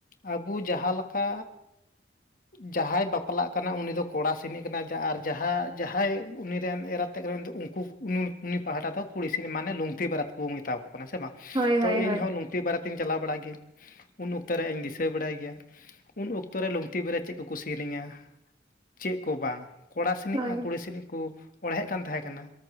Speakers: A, on the left; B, on the right.
A: ᱟᱵᱚ ᱡᱟᱦᱟᱸ ᱞᱮᱠᱟ ᱡᱟᱦᱟᱸᱭ ᱵᱟᱯᱞᱟᱜ ᱠᱟᱱᱟ ᱩᱱᱤ ᱫᱚ ᱠᱚᱲᱟ ᱥᱤᱱᱤᱡ ᱠᱟᱱᱟᱭ ᱟᱨ ᱡᱟᱦᱟᱸ ᱡᱟᱦᱟᱸᱭ ᱩᱱᱤ ᱨᱮᱱ ᱮᱨᱟᱛᱮᱜ ᱠᱟᱱᱟᱭ ᱩᱱᱤ ᱫᱚ ᱩᱱᱠᱩ ᱯᱟᱦᱟᱴᱟ ᱫᱚ ᱠᱩᱲᱤ ᱥᱤᱱ ᱢᱟᱱᱮ ᱞᱩᱝᱛᱤ ᱵᱟᱨᱟᱛ ᱠᱚᱵᱚᱱ ᱢᱮᱛᱟ ᱠᱚ ᱠᱟᱱᱟ ᱥᱮ ᱵᱟᱝ
B: ᱦᱳᱭ
A: ᱛᱚ
B: ᱦᱳᱭ ᱦᱳᱭ
A: ᱤᱧ ᱦᱚᱸ ᱛᱤ ᱵᱟᱨᱮᱛᱤᱧ ᱪᱟᱞᱟᱣ ᱵᱟᱲᱟᱜ ᱜᱤ ᱩᱱ ᱚᱠᱛᱚ ᱨᱮ ᱤᱧ ᱫᱤᱥᱟᱹ ᱵᱟᱲᱟᱭ ᱜᱮᱭᱟ ᱩᱱ ᱚᱠᱛᱚ ᱨᱮ ᱞᱩᱝᱛᱤ ᱵᱟᱨᱮ ᱪᱮᱫ ᱠᱚᱠᱚ ᱥᱮᱨᱮᱧᱟ ᱪᱮᱫ ᱠᱚ ᱵᱟᱝ ᱠᱚᱲᱟ ᱥᱮᱱᱤᱡ
B: ᱦᱳᱭ
A: ᱟᱨ ᱠᱩᱲᱤ ᱥᱮᱱᱤᱡ ᱠᱚ ᱚᱲᱦᱮᱫ ᱠᱟᱱ ᱛᱟᱦᱮᱸ ᱠᱟᱱᱟ